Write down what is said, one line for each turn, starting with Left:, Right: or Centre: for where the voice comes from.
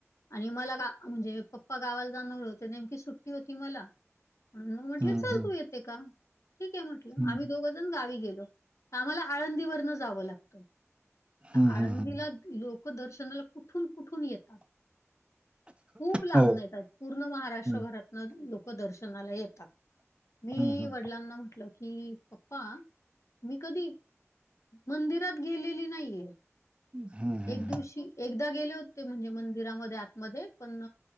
Left: आणि मला गा म्हणजे पप्पा गावाला जाणार होते. नेमकी सुट्टी होती मला. म्हणून म्हटले
Right: हम्म
Left: चल
Right: हम्म
Left: तू येते का ठीक आहे म्हंटलं
Right: हम्म
Left: आम्ही दोघंजण गावी गेलो. त आम्हाला आळंदीवरन जावं लागत
Right: हम्म
Left: आळंदीला
Right: हम्म
Left: लोक. लोक दर्शनाला कुठून कुठून येतात. खूप लांबन
Right: हो
Left: येतात पूर्ण महाराष्ट्रभरातन
Right: हम्म
Left: लोक. लोक दर्शनाला येतात मी
Right: हम्म हम्म
Left: वडिलांना म्हटल. कि पप्पा मी कधी मंदिरात गेलेली नाहीये.
Right: हम्म हम्म हम्म
Left: एक दिवशी एक. एकदा गेले होते म्हणजे मंदिरामध्ये आतमध्ये पण